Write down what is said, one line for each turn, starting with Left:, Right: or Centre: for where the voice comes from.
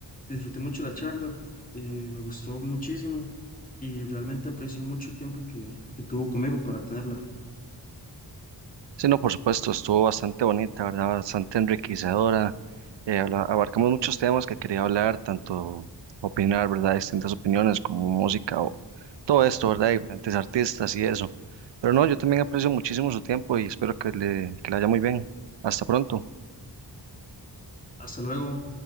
Left: disfruté mucho la charla, eh, me gustó muchísimo y realmente aprecié mucho el tiempo que, que tuvo conmigo para tenerla.
Right: Sí, no, por supuesto, estuvo bastante bonita, ¿verdad? Bastante enriquecedora. Eh, habla- abarcamos muchos temas que quería hablar, tanto opinar, ¿verdad? Distintas opiniones como música o todo esto, ¿verdad? Y diferentes artistas y eso. Pero no, yo también aprecio muchísimo su tiempo y espero que le, que le haya muy bien. Hasta pronto.
Left: Hasta luego.